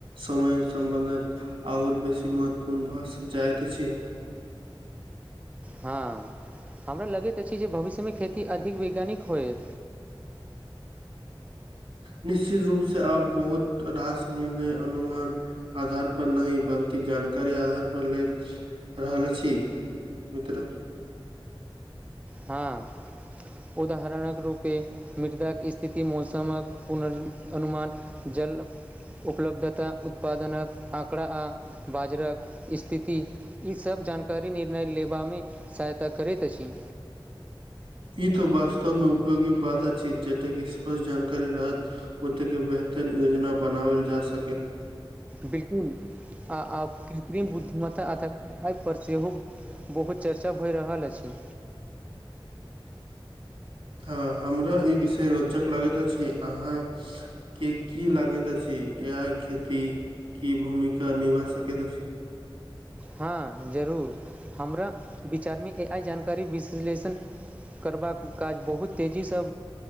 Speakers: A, on the right; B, on the right.
A: समय समबन्ध ओर बेसी महत्वपूर्ण भ जायत छै
B: हँ हमरा लगैत अछि जे भविष्यमे खेती अधिक वैज्ञानिक होयत
A: निश्चित रूप से आप बहुत रास निर्णय अनुमान आधार पर नय बल्कि जानकारी आधार पर लेल रहल अछि मित्र
B: हाँ उदाहरणक रूपे मृदाक स्थिति मौसमक पुर्वानुमान जल उपलब्धता उत्पादनक आँकड़ा आ बाजरक स्थिति ईसब जानकारी निर्णय लेबामे सहायता करैत अछि
A: ई तअ वास्तव में उपयोगी बात अछि जतेक स्पष्ट जानकारी रहत ओतेक बेहतर योजना बनाबल जा सकैत
B: बिलकुल आ आब कृत्रिम बुद्धिमता अथ पर सेहो बहुत चर्चा भए रहल अछि
A: हँ हमरा ई विषय रोचक लागैत अछि अहाँ के की लागैत अछि एआइ खेतिकी भूमिका निभा सकैत अछि
B: हँ जरूर हमरा विचार में ए आई जानकारी विश्लेषण करबाक काज बहुत तेजीसँ